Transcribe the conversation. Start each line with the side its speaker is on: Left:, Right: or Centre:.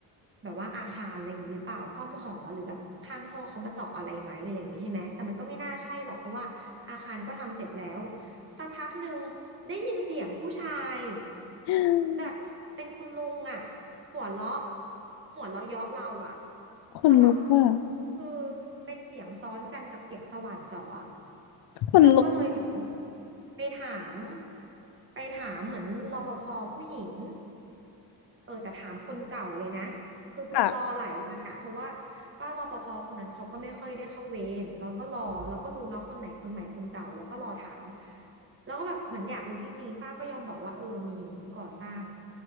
Right: แบบว่าอาคารอะไรอย่างนี้หรือเปล่าซ่อมหอหรือแบบข้างห้องเขามาเจาะอะไรไหมอะไรอย่างนี้ใช่ไหมแต่มันก็ไม่น่าใช่หรอกเพราะว่าอาคารก็ทำเสร็จแล้วสักพักหนึ่งได้ยินเสียงผู้ชาย
Left: <gasps>
Right: แบบเป็นคุณลุงอ่ะหัวเราะหัวเราะเยาะเราอ่ะ
Left: คนลุกอ่ะ
Right: สลับคือเป็นเสียงซ้อนกันกับเสียงสว่านเจาะอ่ะ
Left: คนลุก
Right: แล้วก็เลยเหมือนไปถามไปถามเหมือนรปภผู้หญิงเออแต่ถามคนเก่าเลยนะคือรอหลายวันอะเพราะว่า
Left: ค่ะ
Right: ป้ารปภคนนั้นเขาก็ไม่ค่อยได้เข้าเวรแล้วก็รอแล้วก็รู้เนาะคนไหนคนใหม่คนเก่าแล้วก็รอถามแล้วก็แบบเหมือนอยากรู้จริงๆป้าก็ยอมบอกว่าเออมีก่อสร้าง